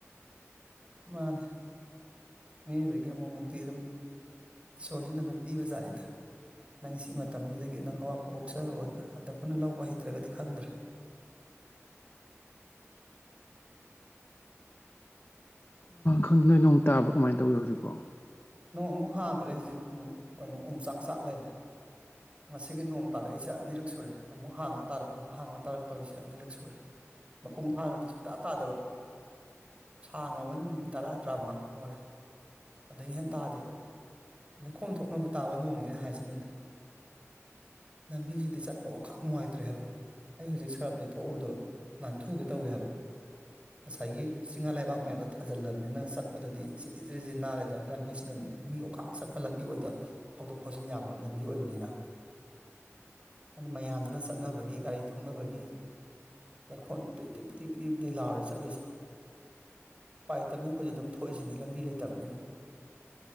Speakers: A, on the right (about 25°); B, on the left (about 45°).
A: ꯃꯥꯅꯦ ꯃꯤꯑꯣꯏꯕꯒꯤ ꯑꯃꯛꯃꯨꯛꯇꯤ ꯑꯗꯨꯝ ꯏꯁꯣꯔꯁꯤꯅ ꯑꯗꯨꯝ ꯄꯤꯕꯖꯥꯠꯆꯤꯗ ꯅꯪ ꯁꯤ ꯃꯇꯝꯁꯤꯗꯒꯤ ꯅꯪ ꯑꯋꯥꯕ ꯀꯣꯛꯆꯔꯣꯅ ꯑꯗꯥ ꯑꯩꯈꯣꯏꯅ ꯂꯧꯕ ꯍꯩꯇ꯭ꯔꯒꯗꯤ ꯈꯪꯗ꯭ꯔꯦ
B: ꯈꯪꯗꯦ ꯅꯣꯏ ꯅꯣꯡ ꯇꯥꯕ꯭ꯔꯥ ꯀꯃꯥꯏꯅ ꯇꯧꯒꯦ ꯍꯧꯖꯤꯛꯄꯣ
A: ꯅꯣꯡ ꯑꯃꯨꯛ ꯍꯥꯡꯈ꯭ꯔꯦ ꯍꯧꯖꯤꯛ ꯑꯃꯨꯛ ꯀꯩꯅꯣ ꯑꯣꯝ ꯆꯥꯛ ꯆꯥꯛ ꯂꯩꯔꯦ ꯉꯁꯤꯒꯤ ꯅꯣꯡ ꯇꯥꯔꯛꯏꯁꯦ ꯑꯅꯤꯔꯛ ꯁꯨꯔꯦ ꯑꯃꯨꯛ ꯍꯥꯡꯉ ꯇꯥꯔꯛ ꯑꯃꯨꯛ ꯍꯥꯡꯉ ꯇꯥꯔꯛ ꯇꯧꯔꯤꯁꯦ ꯑꯅꯤꯔꯛ ꯁꯨꯔꯦ ꯃꯄꯨꯡ ꯐꯥꯅꯗꯤ ꯁꯨꯛꯇꯥ ꯇꯥꯗꯕ ꯁꯥꯡꯉꯕꯗ ꯃꯤꯅꯤꯠ ꯇꯔꯥ ꯇꯔꯥꯃꯉꯥ ꯂꯣꯢꯔꯦ ꯑꯗꯒꯤ ꯍꯦꯟꯅ ꯇꯥꯗꯦꯕ ꯂꯩꯈꯣꯝ ꯊꯣꯛꯅꯕ ꯇꯥꯕ ꯅꯣꯡꯅꯤꯅ ꯍꯥꯏꯁꯤꯅꯤꯅꯦ ꯂꯝꯕꯤꯁꯤꯗꯤ ꯆꯠꯄ ꯑꯣꯛꯈꯥꯛ ꯅꯨꯡꯉꯥꯏꯇ꯭ꯔꯦ ꯍꯥꯏꯕ ꯑꯩ ꯍꯧꯖꯤꯛ ꯁꯔꯞ ꯂꯩꯕ ꯊꯣꯛꯎꯕꯗꯣ ꯅꯥꯟꯊꯨꯒꯦ ꯇꯧꯏ ꯍꯥꯏꯕ ꯉꯁꯥꯏꯒꯤ ꯆꯤꯡꯍꯥ ꯂꯩꯕꯥꯛ ꯃꯌꯥꯝꯗꯣ ꯊꯥꯖꯤꯜꯂꯕꯅꯤꯅ ꯆꯠꯄꯗꯗꯤ ꯖꯤꯔꯤꯔꯤ ꯁꯤ ꯅꯥꯜꯂꯦꯗꯅ ꯂꯝꯕꯤꯁꯤꯅ ꯃꯤ ꯑꯣꯈꯥꯛ ꯆꯠꯄ ꯂꯝꯕꯤ ꯑꯣꯏꯗꯣ ꯐꯥꯎꯗꯣꯛ ꯐꯥꯎꯖꯤꯟ ꯌꯥꯕ ꯂꯝꯕꯤ ꯑꯣꯏꯕꯅꯤꯅ ꯑꯗꯨ ꯃꯌꯥꯝꯗꯨꯅ ꯆꯠꯅꯕꯒꯤ ꯒꯥꯔꯤ ꯊꯧꯅꯕꯒꯤ ꯂꯩꯈꯣꯝ ꯄꯤꯗꯤ ꯄꯤꯗꯤ ꯄꯤꯗꯤ ꯂꯥꯎꯔꯦ ꯆꯠꯂꯤꯁꯦ ꯎꯄꯥꯏ ꯂꯩꯇꯕꯅꯤꯅ ꯑꯩꯈꯣꯏꯁꯨ ꯑꯗꯨꯝ ꯊꯣꯛꯏꯁꯤꯅꯤ ꯂꯝꯕꯤ ꯂꯩꯇꯕꯅꯤꯅ